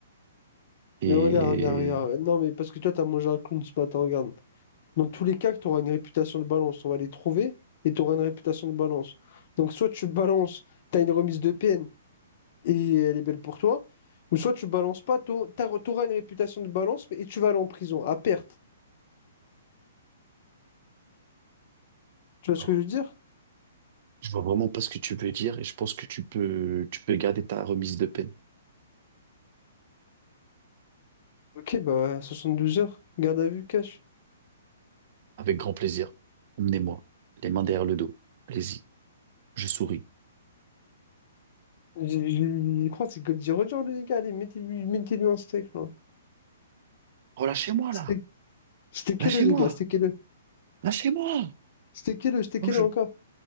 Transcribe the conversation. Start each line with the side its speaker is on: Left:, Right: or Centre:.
Right: Et
Left: Mais regarde, regarde, regarde. Non, mais parce que toi, t'as mangé un clown ce matin, regarde. Dans tous les cas, tu auras une réputation de balance. On va les trouver et tu auras une réputation de balance. Donc, soit tu balances, tu as une remise de peine et elle est belle pour toi, ou soit tu balances pas, tu auras une réputation de balance mais- et tu vas aller en prison à perte. Tu vois ce
Right: alors,
Left: que je veux dire?
Right: je vois vraiment pas ce que tu veux dire. Et je pense que tu peux, tu peux garder ta remise de peine.
Left: Ok, bah 72 heures, garde à vue, cash.
Right: Avec grand plaisir. Emmenez-moi. Les mains derrière le dos. Allez-y. Je souris.
Left: J'ai- j'ai- Je crois que c'est Goldie Roger, les gars. Allez, mettez-lui mettez-lui un steak, là.
Right: Oh, lâchez-moi,
Left: Steak-
Right: là.
Left: Steakez-le,
Right: Lâchez-moi.
Left: les gars, steakez-le.
Right: Lâchez-moi.
Left: Steakez-le, steakez-le
Right: Oh, je...
Left: encore.